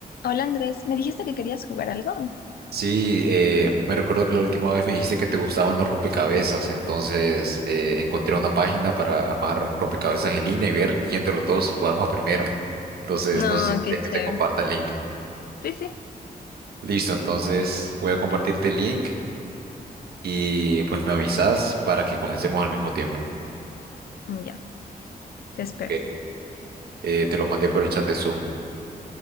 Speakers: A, on the left; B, on the right.
A: Hola Andrés, me dijiste que querías jugar algo.
B: Sí, eh, me recuerdo que la última vez me dijiste que te gustaban los rompecabezas, entonces eh, encontré una página para armar rompecabezas en línea y ver quién de los dos lo arma primero. Entonces,
A: No,
B: no sé si quieres
A: qué
B: que
A: chévere.
B: te comparta el link.
A: Sí, sí.
B: Listo, entonces voy a compartirte el link y pues me avisas para que comencemos al mismo tiempo.
A: Mm, Ya, te espero.
B: Ok. Eh, te lo mandé por el chat de Zoom.